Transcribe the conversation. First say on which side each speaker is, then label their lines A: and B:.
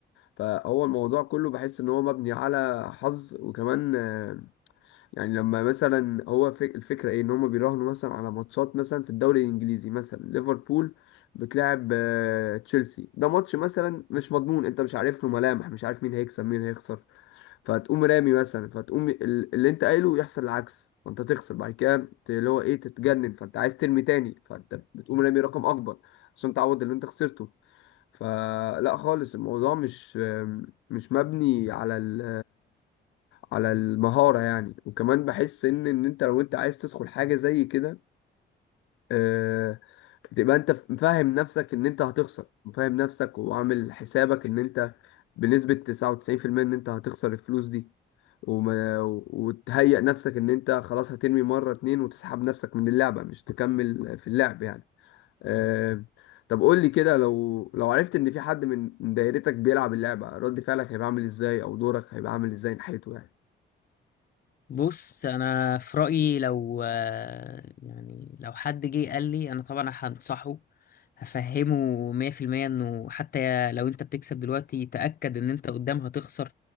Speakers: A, on the left; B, on the left.
A: فهو الموضوع كله بحس ان هو مبني على حظ وكمان آه، يعني لما مثلا هو فك- الفكره ايه ان هم بيراهنوا مثلا على ماتشات مثلا في الدوري الانجليزي مثلا ليفربول بتلاعب آه، تشيلسي ده ماتش مثلا مش مضمون انت مش عارف له ملامح مش عارف مين هيكسب مين هيخسر فتقوم رامي مثلا فتقوم ال- اللي انت قايله يحصل العكس فانت تخسر بعد كده ت- اللي هو ايه تتجنن فانت عايز ترمي تاني فانت بتقوم رامي رقم اكبر عشان تعوض اللي انت خسرته فلا خالص الموضوع مش مش مبني على ال على المهارة يعني وكمان بحس ان ان انت لو انت عايز تدخل حاجة زي كده آه، بتبقى انت فاهم نفسك ان انت هتخسر وفاهم نفسك وعامل حسابك ان انت بنسبة 99% ان انت هتخسر الفلوس دي وما وتهيأ نفسك ان انت خلاص هترمي مرة اتنين وتسحب نفسك من اللعبة مش تكمل في اللعب يعني آه، طب قول لي كده لو لو عرفت ان في حد من من دايرتك بيلعب اللعبة رد فعلك هيبقى عامل ازاي او دورك هيبقى عامل ازاي ناحيته يعني
B: بص انا في رايي لو آه، يعني لو حد جه قال لي انا طبعا هنصحه هفهمه 100% انه حتى لو انت بتكسب دلوقتي تاكد ان انت قدام هتخسر